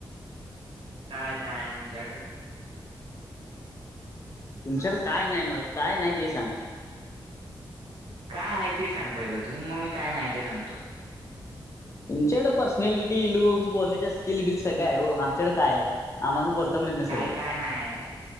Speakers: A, on the right; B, on the left.
A: काय काय आमच्याकडे.
B: तुमच्याकडं काय नाही मग, काय नाही ते सांग.
A: काय आहे ते सांग पहिलं तू. मग मी काय नाही ते सांगतो.
B: तुमच्याकडे पर्सनॅलिटी लुक्स बोलण्याच्या स्किल बिल सगळं आहे हो. आमच्याकडं काय आहे. आम्हाला बोलता पण येत नाही सरळ.
A: काय काय नाही आहे.